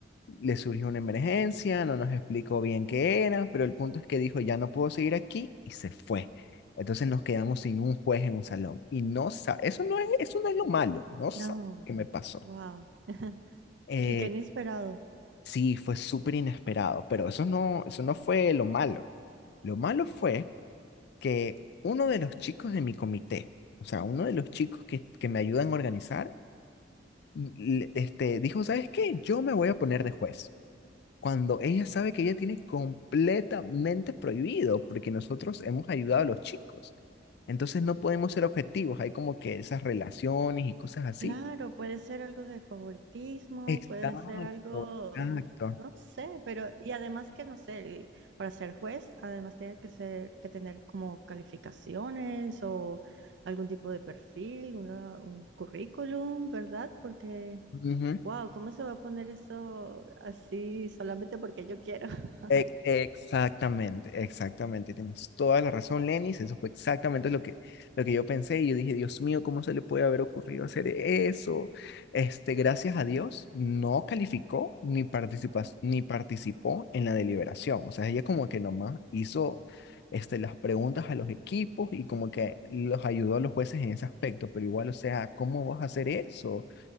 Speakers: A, on the left; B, on the right.
A: le surgió una emergencia, no nos explicó bien qué era, pero el punto es que dijo, ya no puedo seguir aquí y se fue. Entonces nos quedamos sin un juez en un salón y no sa- eso no es, eso no es lo malo, no
B: No,
A: sabe qué me pasó.
B: wow.
A: Eh,
B: Sí, que inesperado.
A: sí, fue súper inesperado, pero eso no, eso no fue lo malo. Lo malo fue que uno de los chicos de mi comité, o sea, uno de los chicos que, que me ayudan a organizar, l- este, dijo, ¿sabes qué? Yo me voy a poner de juez. cuando ella sabe que ella tiene completamente prohibido, porque nosotros hemos ayudado a los chicos. Entonces no podemos ser objetivos, hay como que esas relaciones y cosas así.
B: Claro, puede ser algo de favoritismo,
A: Exacto,
B: puede ser algo,
A: exacto.
B: n- no sé, pero y además que no sé, el- para ser juez, además tiene que ser que tener como calificaciones o algún tipo de perfil, una, un currículum, ¿verdad? Porque,
A: Ujú.
B: wow, ¿cómo se va a poner eso así solamente porque yo quiero? <laughs>
A: E- Exactamente, exactamente. Tienes toda la razón, Lenis. Eso fue exactamente lo que, lo que yo pensé. Y yo dije, Dios mío, ¿cómo se le puede haber ocurrido hacer eso? Este, gracias a Dios, no calificó ni participas- ni participó en la deliberación. O sea, ella como que nomás hizo este, las preguntas a los equipos y como que los ayudó a los jueces en ese aspecto. Pero igual, o sea, ¿cómo vas a hacer eso?